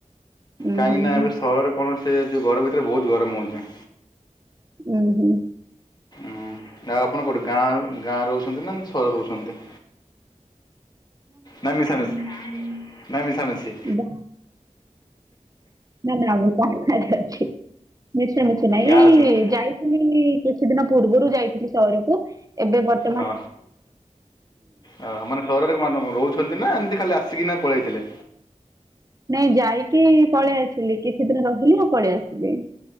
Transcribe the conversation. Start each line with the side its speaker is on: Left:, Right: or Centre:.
Right: ଉଁ
Left: କାହିଁକି
Right: ହୁଁ
Left: ନା
Right: ହୁଁ।
Left: ଏବେ ସହରରେ କଣ ସେ ଯୋଉ ଘର ଭିତରେ ବହୁତ ଗରମ ହଉଛି।
Right: ଉଁ ହୁଁ।
Left: ଉୁଁ ଆଉ ଆପଣ କୋଉଠି ଗାଁ ଗାଁରେ ରହୁଛନ୍ତି ନା ସହରରେ ରହୁଛନ୍ତି। ନା ମିଶା ମିିଶି ନା ମିଶା ମିଶି।
Right: ନା ନା ନା ଆମ ସାମ୍ନା ରେ ଅଛି। ମିଶା ମିଶି ନାଇଁ
Left: ଗାଁ ଅଛନ୍ତି
Right: ଯାଇଥିଲି କିଛି ଦିନି ପୂର୍ବରୁ ଯାଇଥିଲି ସହରକୁ ଏବେ ବର୍।
Left: ହଁ ଅ ମାନେ ସହରରେ ମାନେ କଣ ରହୁଛନ୍ତି ନା ଏମିତି ଖାଲି ଆସିକିନା ପଳେଇଥିଲେ
Right: ନାଇଁ ଯାଇକି ପଳେଇ ଆସିଲି କିଛି ଦିନି ରହିଲି ଆଉ ପଳେଇ ଆସିଲି।